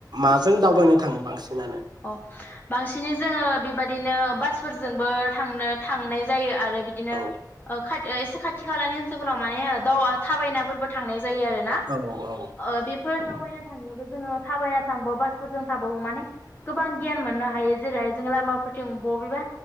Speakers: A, on the right; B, on the left.
A: माज जों दावबायनो थाङो बांसिनानो
B: अ बांसिनै जोङो बेबाददिनो बासफोरजोंबो थांनो थांनाय जायो आरो बिदिनो ओ
A: औ
B: इसे खाथि ओ इसे खाथि खाथि खालानि ओनसोलफोराव माने ओ दाव थाबायनायफोरबो थांनाय जा जायो आरोना
A: औ औ
B: ओ बेफो फोर दावबायना थांनोबो जोङो थाबायना थांबा बासफोरजों थाबावो माने गोबां गियान मोननो हायो जेरैहाय जों लामाफोरोथिं बबेबा